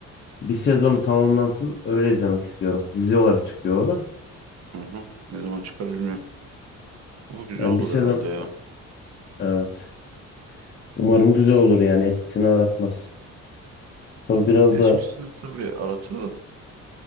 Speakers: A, on the left; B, on the right.
A: Bir sezonu tamamlansın. Öyle izlemek istiyorum. Dizi olarak çıkıyor o da.
B: Hı hı. Ne zaman çıkar bilmiyorum. Ama güzel
A: Yani
B: olur
A: bir sezon
B: herhalde ya.
A: evet. Umarım güzel olur yani eskisini aratmaz. Tabii biraz
B: Eskisini
A: da
B: tabii aratır da.